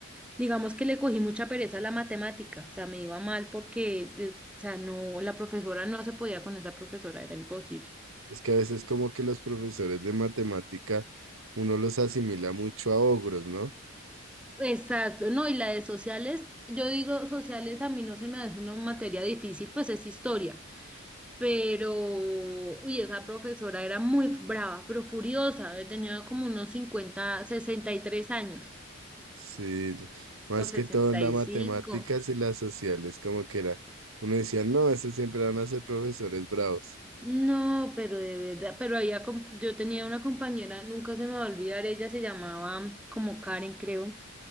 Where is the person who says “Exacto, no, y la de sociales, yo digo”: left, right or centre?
Centre